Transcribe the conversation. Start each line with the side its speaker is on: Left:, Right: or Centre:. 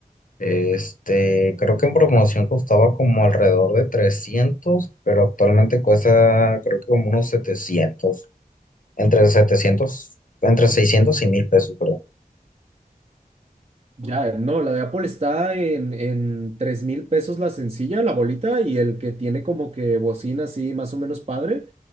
Left: Este, creo que en promoción costaba como alrededor de trescientos pero actualmente cuesta creo que como unos setecientos entre setecientos entre 600 y 1000 pesos, creo.
Right: Ya, no, la de Apple está en, en tres mil pesos la sencilla, la bolita, y el que tiene como que bocina así más o menos padre,